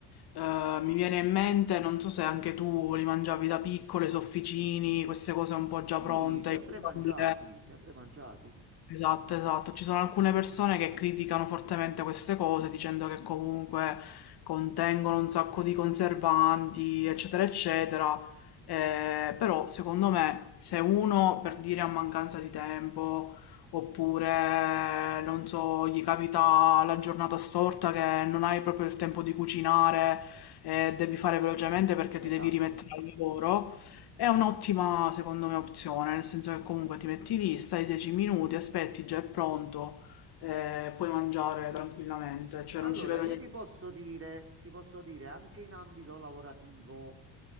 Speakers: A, on the left; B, on the right.
A: eh, mi viene in mente, non so se anche tu li mangiavi da piccole, i sofficini, queste cose un po' già
B: Sì,
A: pronte,
B: sempre
A: i crumble.
B: mangiati, sempre mangiati.
A: Esatto, esatto. Ci sono alcune persone che criticano fortemente queste cose dicendo che comunque contengono un sacco di conservanti, eccetera, eccetera. Eh, però secondo me se uno per dire a mancanza di tempo oppure non so, gli capita la giornata storta che non hai proprio il tempo di cucinare e devi fare velocemente perché
B: Esatto.
A: ti devi rimettere al lavoro. È un'ottima, secondo me, opzione, nel senso che comunque ti metti lì, stai 10 minuti, aspetti, già è pronto, eh, puoi mangiare tranquillamente, cioè
B: Allora,
A: non ci vedo
B: io
A: niente.
B: ti posso dire, ti posso dire anche in ambito lavorativo